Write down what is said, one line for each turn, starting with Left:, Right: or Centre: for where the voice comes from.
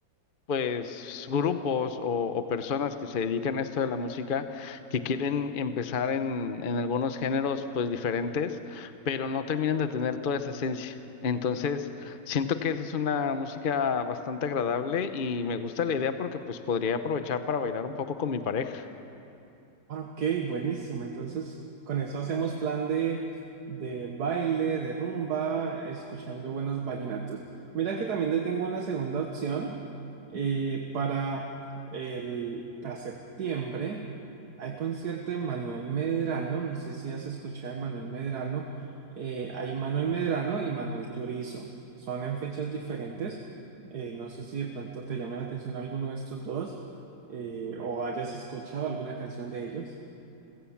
Left: pues grupos o, o personas que se dedican a esto de la música que quieren empezar en, en algunos géneros pues diferentes, pero no terminan de tener toda esa esencia. Entonces, siento que esa es una música bastante agradable y me gusta la idea porque pues podría aprovechar para bailar un poco con mi pareja.
Right: Ah, Ok, buenísimo. Entonces, con eso hacemos plan de, de baile, de rumba, eh, escuchando buenos vallenatos. Mira que también te tengo una segunda opción eh, para, el, para septiembre. Hay concierto de Manuel Medrano, no sé si has escuchado de Manuel Medrano. Eh, hay Manuel Medrano y Manuel Turizo. Son en fechas diferentes. Eh, no sé si de pronto te llama la atención alguno de estos dos eh, o hayas escuchado alguna canción de ellos.